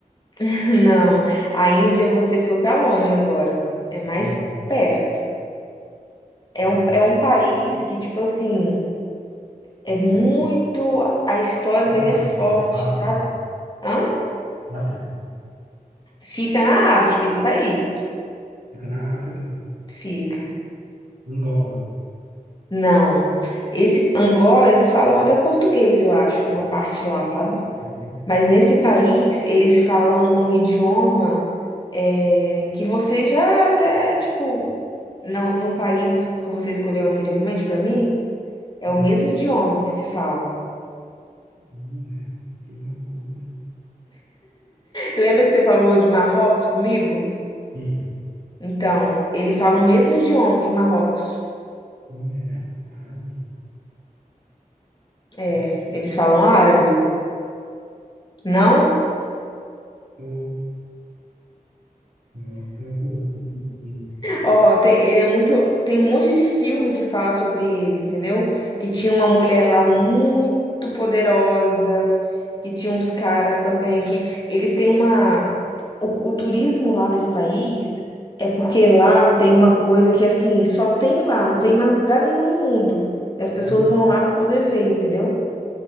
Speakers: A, on the left; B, on the right.
A: <laughs> Não. A Índia você foi pra longe agora. É mais
B: Não,
A: perto.
B: sim.
A: É um, é um país que, tipo assim. É
B: Israel.
A: muito. A história dele
B: África.
A: é forte,
B: África.
A: sabe? Hã?
B: África.
A: Fica na África, esse país.
B: Fica na África.
A: Fica.
B: Angola.
A: Não. Esse Angola, eles falam até português, eu acho, uma parte lá, sabe?
B: É, né?
A: Mas nesse país, eles falam um idioma é, que você já até, tipo, não, no país que você escolheu anteriormente, pra mim, é
B: Hum.
A: o mesmo idioma que se fala.
B: Mulher, que loucura.
A: Lembra que você falou de Marrocos comigo?
B: Hum.
A: Então, ele fala o mesmo idioma que Marrocos.
B: Mulher, árabe.
A: É,
B: Nossa,
A: eles falam árabe. Não?
B: tô, não tô conseguindo.
A: Ó, tem, ele é muito. Tem um monte de filme que fala sobre ele, entendeu? Que tinha uma mulher lá muito poderosa, que tinha uns caras também, que eles têm uma. O, o turismo lá nesse país é porque lá tem uma coisa que assim, só tem lá, não tem mais lugar nenhum no mundo. E as pessoas
B: Ih,
A: vão lá para poder ver, entendeu?